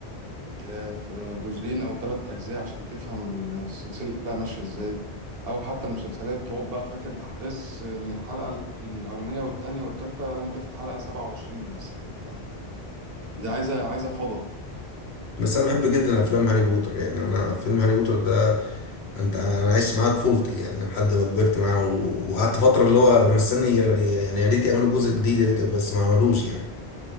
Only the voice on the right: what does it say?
آه، ف- آه، جزئين او ثلاث اجزاء عشان تفهم السلسله ماشيه ازاي او حتى المسلسلات تقعد بقى فاكر الاحداث من الحلقه الاولانيه والتانيه والتالته وانت في الحلقه 27 مثلا فدي عايزه عايزه فضا